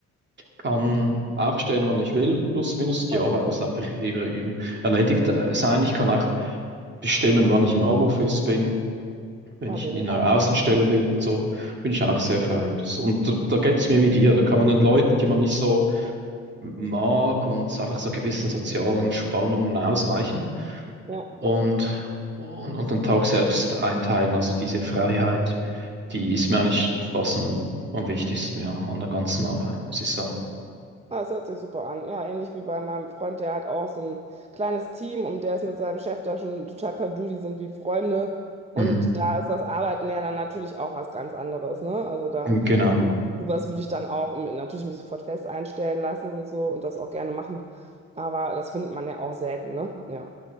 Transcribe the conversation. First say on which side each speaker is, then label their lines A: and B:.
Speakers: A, on the right; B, on the right.
A: kann aufstehen, wann ich will, plus minus. Die
B: super,
A: Arbeit muss
B: super.
A: einfach eben erledigt äh, sein. Ich kann auch bestimmen, wann ich im Homeoffice bin, wenn
B: Ja,
A: ich
B: genial.
A: in einer Außenstelle will und so, bin ich auch sehr frei. Oder so. Und da, da geht es mir wie dir. Da kann man den Leuten, die man nicht so mag und einfach so gewissen sozialen Spannungen ausweichen
B: Ja.
A: und, und, und den Tag selbst einteilen. Also diese Freiheit, die ist mir eigentlich fast am, am wichtigsten, ja, an der ganzen Arbeit, muss ich sagen.
B: Ah, das hört sich super an. Ja, ähnlich wie bei meinem Freund, der hat auch so ein kleines Team und der ist mit seinem Chef da schon total per Du, die sind wie Freunde. Und
A: Hm.
B: da ist das Arbeiten ja dann natürlich auch was ganz anderes, ne? Also da,
A: Genau.
B: so- sowas würde ich dann auch mit- natürlich mich sofort fest einstellen lassen und so und das auch gerne machen. Aber das findet man ja auch selten, ne? Ja.